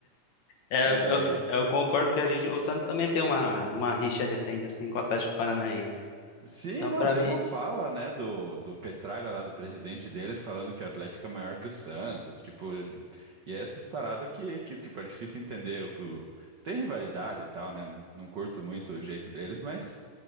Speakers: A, on the left (about 60°); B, on the right (about 70°).
A: É,
B: Aí.
A: eu, eu- eu concordo que a gente, o Santos também tem uma, uma rixa recente assim com o Atlético Paranaense.
B: Sim,
A: Então,
B: não,
A: pra
B: tem
A: mim,
B: uma fala, né, do, do Petralha lá, do presidente deles, falando que o Atlético é maior que o Santos, tipo, assim, e é essas paradas que, que, tipo, é difícil entender, o que o- tem rivalidade e tal, né, não, não curto muito o jeito deles, mas,